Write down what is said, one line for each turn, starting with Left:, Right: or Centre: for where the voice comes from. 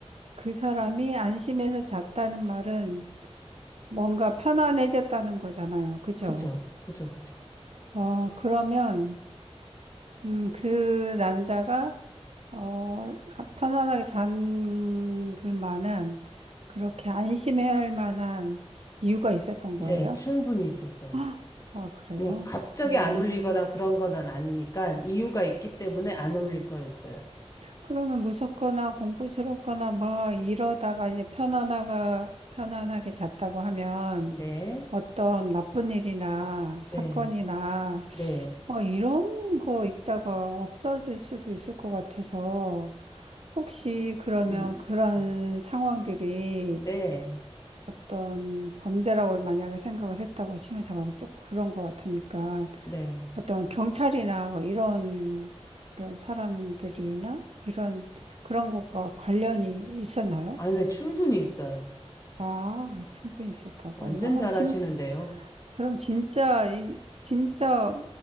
Right: 그 사람이 안심해서 잤다는 말은 뭔가 편안해졌다는 거잖아요. 그죠?
Left: 그죠. 그죠. 그죠.
Right: 어, 그러면, 음, 그 남자가, 어, 편안하게 잠들 만한, 그렇게 안심해야 할 만한 이유가 있었던
Left: 네,
Right: 거예요?
Left: 충분히 있었어요.
Right: 아, 아, 그래요?
Left: 그냥 갑자기
Right: 음,
Left: 안 울리거나 그런 건 아니니까 이유가 있기 때문에 안 울릴 거였어요.
Right: 그러면 무섭거나 공포스럽거나 막 이러다가 이제 편안하가, 편안하게 잤다고 하면
Left: 네.
Right: 어떤 나쁜 일이나
Left: 네.
Right: 사건이나
Left: 네.
Right: 뭐 이런 거 있다가 없어질 수도 있을 것 같아서 혹시 그러면
Left: 음,
Right: 그런
Left: 음,
Right: 상황들이
Left: 네.
Right: 어떤 범죄라고 만약에 생각을 했다고 치면 제가 좀 그런 것 같으니까
Left: 네.
Right: 어떤 경찰이나 뭐 이런 그 사람들이나 이런 그런 것과 관련이 있었나요?
Left: 아니, 근데 충분히 있어요.
Right: 아, 충분히 있었다고.
Left: 완전
Right: 야, 그럼
Left: 잘하시는데요.
Right: 진, 그럼 진짜, 이, 진짜